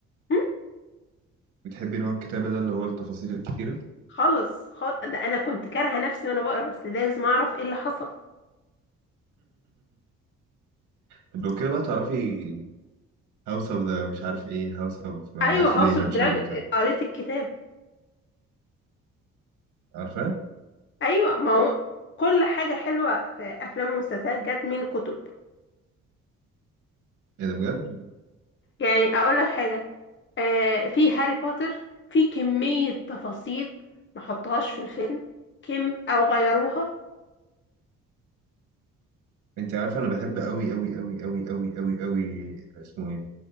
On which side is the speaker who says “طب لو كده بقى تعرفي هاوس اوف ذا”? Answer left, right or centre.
Right